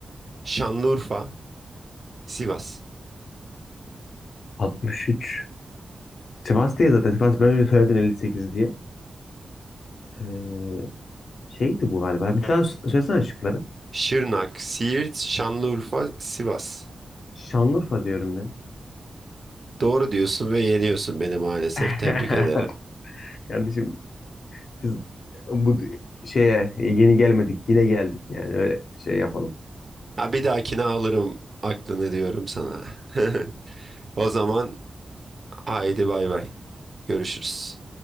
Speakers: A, on the right; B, on the left.
A: Şanlıurfa, Sivas.
B: 63. Sivas değil zaten. Sivas ben önce söyledin 58 diye. Ee, şeydi bu galiba. Bir daha söylesene şıkları.
A: Şırnak, Siirt, Şanlıurfa, Sivas.
B: Şanlıurfa diyorum ya.
A: Doğru diyorsun ve yeniyorsun beni maalesef.
B: <laughs>
A: Tebrik ederim.
B: Kardeşim biz bu d- şeye yeni gelmedik yine geldik yani öyle şey yapalım.
A: Ha, bir dahakine alırım aklını diyorum sana. <laughs> O zaman haydi bay bay. Görüşürüz.